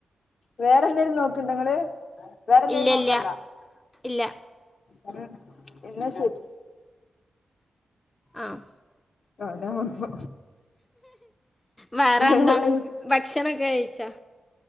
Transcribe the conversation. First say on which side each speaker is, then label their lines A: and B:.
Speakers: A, on the left; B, on the left.
A: വേറെന്തേലും നോക്ക്ണ്ടോ ങ്ങള് വേറെന്തേലും
B: ഇല്ല
A: നോക്കാണ്ടോ?
B: ഇല്ല ഇല്ല
A: ഉം ഇന്നാ ശരി
B: ആഹ്
A: ആരാ വന്നു
B: വേറെന്താണ്
A: വേറെ
B: ഭക്ഷണക്കെ കഴിച്ചാ?